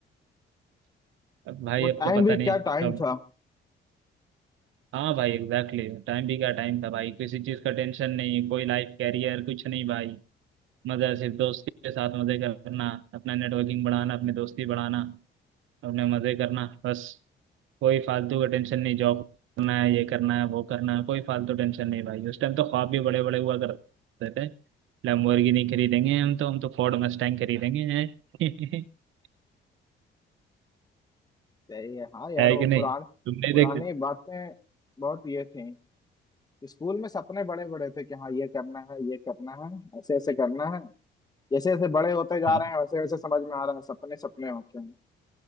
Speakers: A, on the right; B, on the left.
A: अब भाई
B: वो टाइम
A: अब तो पता
B: भी क्या
A: नहीं
B: टाइम
A: कब
B: था
A: हाँ भाई एग्जैक्टली टाइम भी क्या टाइम था भाई किसी चीज का टेंशन नहीं कोई लाइफ कैरियर कुछ नहीं भाई मजा सिर्फ दोस्त के साथ मजे करना अपना नेटवर्किंग बढ़ाना अपनी दोस्ती बढ़ाना अपने मजे करना बस कोई फालतू का टेंशन नहीं जॉब करना है ये करना है वो करना है कोई फालतू टेंशन नहीं भाई उस टाइम तो ख्वाब भी बड़े बड़े हुआ करते थे लैम्बोर्गिनी खरीदेंगे हम तो हम तो फोर्ड मस्टैंग खरीदेंगे हैं <laughs>
B: सही है हाँ यार
A: है
B: वो
A: कि नहीं
B: पुरान
A: तुमने
B: पुरानी
A: देखते थे?
B: बातें बहुत ये थी स्कूल में सपने बड़े बड़े थे कि हाँ ये करना है ये करना है ऐसे ऐसे करना है जैसे जैसे बड़े होते जा
A: हाँ
B: रहे हैं वैसे वैसे समझ में आ रहा है सपने सपने होते हैं